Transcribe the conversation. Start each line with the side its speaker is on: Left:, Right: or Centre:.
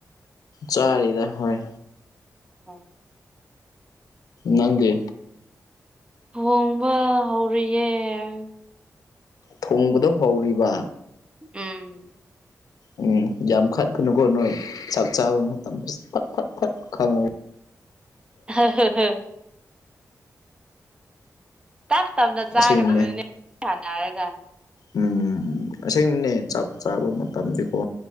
Left: ꯆꯥꯔꯤꯗ ꯍꯣꯏ
Right: ꯑꯣ
Left: ꯅꯪꯒꯤ
Right: ꯊꯣꯡꯕ ꯍꯧꯔꯤꯌꯦ <unintelligible>
Left: ꯊꯣꯡꯕꯗꯣ ꯍꯧꯔꯤꯕ
Right: ꯎꯝ
Left: ꯎꯝ ꯌꯥꯝ ꯈꯠꯀꯅꯨꯀꯣ ꯅꯣꯏ ꯆꯥꯛ ꯆꯥꯕ ꯃꯇꯝ ꯐꯠ ꯐꯠ ꯐꯠ ꯈꯪꯉꯨ
Right: <unintelligible> ꯇꯞ ꯇꯞꯅ ꯆꯥꯒꯗꯕꯅꯤꯅꯦ
Left: ꯑꯁꯦꯡꯕꯅꯦ
Right: ꯁꯥꯟꯅꯔꯒ
Left: ꯎꯝ ꯑꯁꯦꯡꯕꯅꯦ ꯆꯥꯛ ꯆꯥꯕ ꯃꯇꯝꯗꯤꯀꯣ